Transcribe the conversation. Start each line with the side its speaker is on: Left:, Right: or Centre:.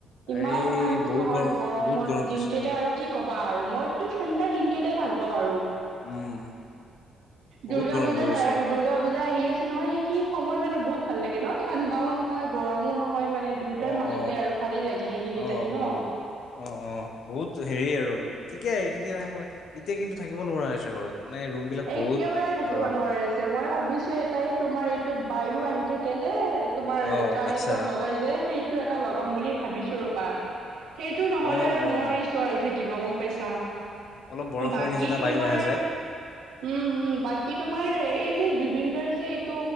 Left: আৰে
Right: ইমান অশান্তি
Left: বহুত
Right: নহয়
Left: গৰম
Right: গৰমত
Left: বহুত গৰম
Right: দিনকেইটা
Left: পৰিছে
Right: আৰু কি কবা আৰু মইতো ঠাণ্ডাৰ দিনকেইটাই ভাল পাওঁ আৰু
Left: উম। বহুত
Right: দুৰ্গা
Left: গৰম
Right: পূজাৰ
Left: পৰিছে
Right: টাইম দুৰ্গা পূজা আহি আছে নহয় সেইখিনি সময় মানে বহুত ভাল লাগে ন ঠাণ্ডাও নহয় গৰমো নহয় মানে দুয়োটাৰ
Left: অ
Right: মাজতে
Left: অ
Right: আৰু ভালেই লাগে সেইখিনি
Left: অ
Right: টাইম ন
Left: অ অ অ বহুত হেৰি আৰু ঠিকেই এইখিনি নাই মই এতিয়া কিন্তু থাকিব নোৱাৰা ঘৰত মানে ৰুম বিলাক
Right: একেবাৰে
Left: বহুত
Right: থাকিব
Left: গৰম
Right: নোৱাৰি আছে মই ভাবিছো এটাই তোমাৰ এইটো বায়ু আহি থাকে যে তোমাৰ
Left: অ',
Right: কাৰেণ্টত
Left: আচ্ছা
Right: লগাই যে সেই টো এটা লগাম বুলি ভাবিছো ৰপা সেইটো নহ'লে
Left: অ',
Right: আৰু
Left: অ',
Right: নোৱাৰিছো আৰু থাক াগিব গম পাইছা
Left: অলপ বৰফৰ
Right: বাকী
Left: নিচিনা
Right: তোমাৰ
Left: বায়ু আহে যে
Right: উম উম বাকী তোমাৰ এই যে জুবিনদাৰ যে এইটো